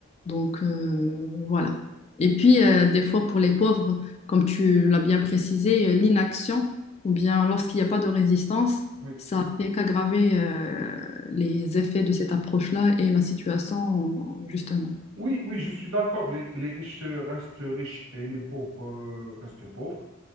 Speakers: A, on the left; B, on the right.
A: Donc euh, voilà. Et puis, euh, des fois, pour les pauvres, comme tu l'as bien précisé, euh, l'inaction ou bien lorsqu'il n'y a pas de résistance,
B: oui,
A: ça fait qu'aggraver euh, les effets de cette approche-là et la situation, justement.
B: oui, oui, je suis d'accord. Les, les riches euh, restent riches et les pauvres euh, restent pauvres.